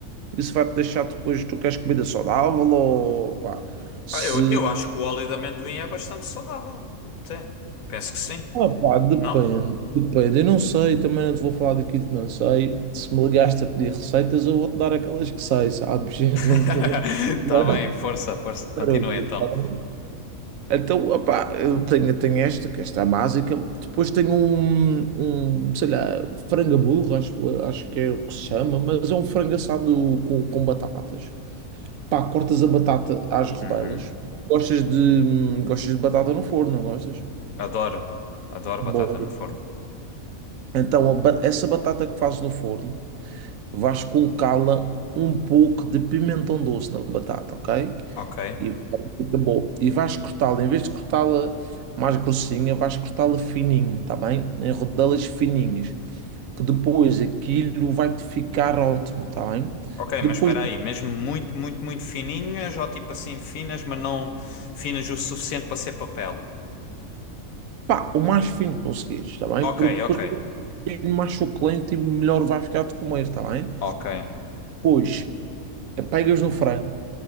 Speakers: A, on the right (about 75°); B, on the left (about 80°).
A: isso vai-te deixar depois, tu queres comida saudável ou pá, se...
B: Ah, Eu, eu acho que o óleo de amendoim é bastante saudável. Até. Penso que sim.
A: Ah, pá, depende,
B: Não?
A: depende. Eu não sei, também não te vou falar daquilo que não sei. Se me ligaste a pedir receitas, eu vou-te dar aquelas que sei, sabes? <laughs>
B: <laughs>
A: Não te... não te vou
B: Tá bem, força, força. Continua
A: dar outras,
B: então.
A: tá bem? Então, opá, eu tenho, tenho esta, que esta é a básica. Depois tenho um, um, sei lá, frango à burro, acho, acho que é o que se chama, mas é um frango assado com, com batatas. Pá, cortas a batata às rodelas.
B: Uhum.
A: Gostas de, hum, gostas de batata no forno, não gostas?
B: Adoro. Adoro
A: Bom.
B: batata no forno.
A: Então, a ba- essa batata que fazes no forno, vais colocá-la um pouco de pimentão doce na batata, ok?
B: Ok.
A: E fica bom. E vais cortá-la, em vez de cortá-la mais grossinha, vais cortá-la fininha, tá bem? Em rodelas fininhas, que depois aquilo vai-te ficar ótimo, tá bem?
B: Ok,
A: Depois
B: mas espera aí. Mesmo muito, muito, muito fininhas ou tipo assim finas, mas não finas o suficiente para ser papel? Tipo,
A: Pá, o mais fino que conseguires, está bem?
B: Ok,
A: Porque depois
B: ok.
A: é mais suculento e melhor vai ficar de comer, está bem?
B: Ok.
A: Pois, pegas no frango